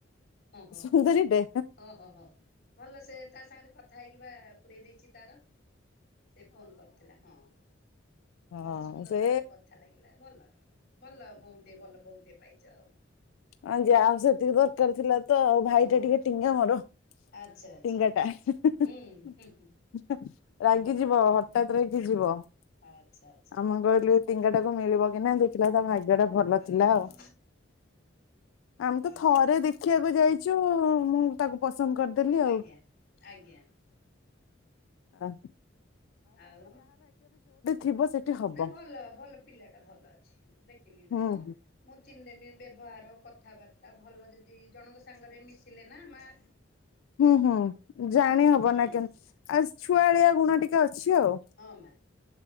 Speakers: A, on the left; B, on the left.
A: ଓହୋ
B: ସୁନ୍ଦରୀଟେ
A: ଓହୋ ହୋ ଭଲ ସେ ତା ସାଙ୍ଗେରେ କଥ ଥା ହେଇକିବା ପୁରେଇ ଦେଇଛି ତାର ସେ ଫୋନ୍ କରିଥିଲା ହଁ ହଁ।
B: ହଁ
A: ଭଲ ସୁନ୍ଦର
B: ସେ
A: ଭାବରେ କଥା ଲାଗିଲା ଭଲ ଭଲ ବୋହୁଟେ ଭଲ ବୋହୁଟେ ପାଇଛ ଆଉ।
B: ଆଉ ଯାହା ହୋଉ ସେତିକି ଦରକାର ଥିଲା ତ ଆଉ ଭାଇ
A: ହଁ ହଁ
B: ଟା ଟିକେ ଟିଙ୍ଗା ମୋରୋ।
A: ଆଚ୍ଛା ଆଚ୍ଛା।
B: ଟିଙ୍ଗା ଟା। <unintelligible>
A: ହୁଁ ହୁଁ ହୁଁ
B: ରାଗିଯିବ ହଠାତ୍ ରାଗି ଯିବ ଆଉ
A: ଆଚ୍ଛା ଆଚ୍ଛା।
B: ମୁଁ କହିଲି ଟିଙ୍ଗାଟାକୁ ମିଳିବ କି ନାହିଁ ଦେଖିଲା ବେଳୁକୁ ତା ଭାଗ୍ୟ ଟା ଭଲ
A: ଓହୋ
B: ଥିଲା ଆଉ। ଆମେ ତ
A: ଆଜ୍ଞା
B: ଥରେ ଦେଖିବାକୁ ଯାଇଚୁ ମୁଁ ତାକୁ ପସନ୍ଦ କରିଦେଲି ଆଉ
A: ଆଜ୍ଞା ଆଜ୍ଞା
B: ଆ
A: ଆଉ
B: ଥିବ ସେଠି ହବ
A: ନାଇଁ ଭଲ ଭଲ ପିଲା ଟା ଭଲ ଅଛି। ମୁଁ ଦେଖିଲି ଯେ
B: ହୁଁ
A: ମୁଁ ମୁଁ ଚିହ୍ନିଦେମି ବ୍ୟବହାର କଥାବାର୍ତ୍ତା ଭଲ ଯଦି ଜଣଙ୍କ ସାଙ୍ଗରେ ମିଶିଲେ ନା ମାଆ
B: ହୁଁ ହଁ ଜାଣି ହବ
A: ହୁଁ
B: ନା କେମ୍
A: ହୁଁ
B: ଆଉ ଛୁଆଳିଆ ଗୁଣ ଟିକେ ଅଛି ଆଉ।
A: ହଁ ମା